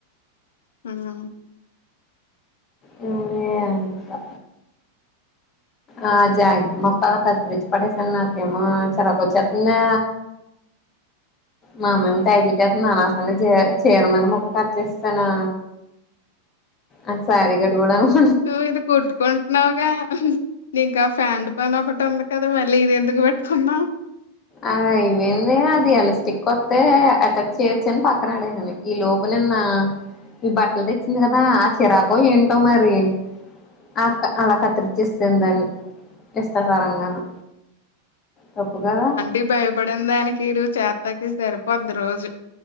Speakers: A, on the left (about 65°); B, on the left (about 25°).
A: ఊమ్మ్
B: మ్మ్ ఏంటో ఆ జాకెట్ మొక్క ఆలా కత్రించి పడెసాను నాకేమో చిరకు వచ్చేస్తుంది మామంత <unintelligible> అనవసరంగా చీర మీద ముక్క కట్ చేసేసాను అది సారీ కట్టుకోదానికి కూడా
A: నువ్వేది కొట్టుకుంటున్నావుగా నింకా ఫ్యాంట్ పని ఒకటి ఉంది కదా మళ్ళీ ఇది ఎందుకు పెట్టుకున్నావు
B: ఆ ఇవి ఏందే అది ఎలస్టిక్ కొ అయితే అటాక్ చేయొచ్చ అని పక్కన అడేను ఈ లోపు నిన్న ఈ బట్టలు తెచ్చింది కదా ఆ చిరాకు ఏంటో మరి ఆ అలా కత్తిరిచస్తుందను ఇష్టకరంగాను తప్పు కదా
A: ఈ భయపడిన దానికి ఈరోజు చేత్తకి సరిపోద్ది రోజు